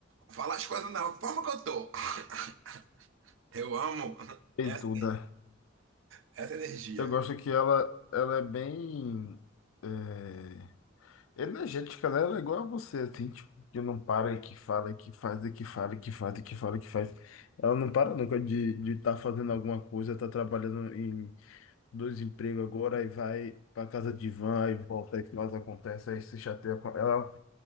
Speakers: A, on the right (about 65°); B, on the left (about 80°).
A: Falar as coisas na forma que eu tô. <laughs> Eu amo
B: E
A: essa,
B: tudo.
A: essa energia.
B: Eu gosto que ela, ela é bem é, energética, né? Ela é igual a você, assim, tipo, que não para e que fala, e que faz, e que fala, e que faz, e que fala, e que faz. Ela não para nunca de de estar fazendo alguma coisa, tá trabalhando em dois empregos agora, aí vai para casa de van, aí volta, aí faz, acontece, aí se chateia com ela.